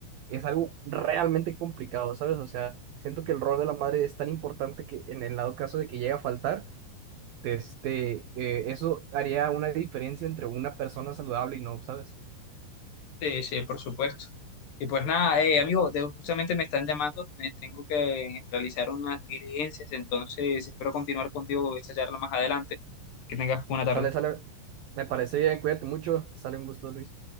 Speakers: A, on the right; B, on the left.
A: es algo realmente complicado, ¿sabes? O sea, siento que el rol de la madre es tan importante que en el dado caso de que llegue a faltar, este, eh, eso haría una diferencia entre una persona saludable y no, ¿sabes?
B: Sí, sí, por supuesto. Y pues nada, eh, amigo, de- justamente me están llamando, me tengo que realizar unas diligencias, entonces espero continuar contigo esta charla más adelante. Que tengas buena tarde.
A: Sale, sale. Me parece bien, cuídate mucho. Sale un gusto, Luis.